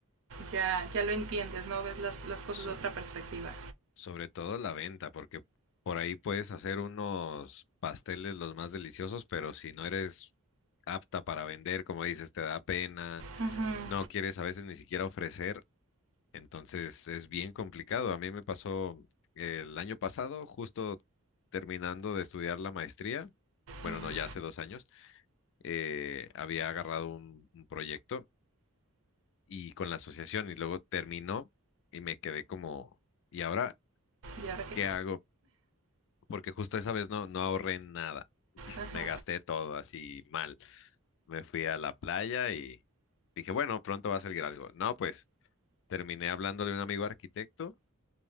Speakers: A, on the right; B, on the left.
A: ya, ya lo entiendes, ¿no? Ves las, las cosas
B: So-
A: de otra perspectiva.
B: sobre todo la venta, porque por ahí puedes hacer unos pasteles los más deliciosos, pero si no eres apta para vender, como dices, te da pena,
A: Uh-huh.
B: no quieres a veces ni siquiera ofrecer, entonces es bien complicado. A mí me pasó el año pasado, justo terminando de estudiar la maestría, bueno,
A: Uh-huh.
B: no, ya hace dos años, eh, había agarrado un un proyecto y con la asociación y luego terminó y me quedé como, ¿y ahora
A: Y ahora que...
B: qué hago? Porque justo esa vez no, no ahorré nada,
A: Ajá.
B: me gasté todo así mal. Me fui a la playa y dije, bueno, pronto va a salir algo. No, pues terminé hablando de un amigo arquitecto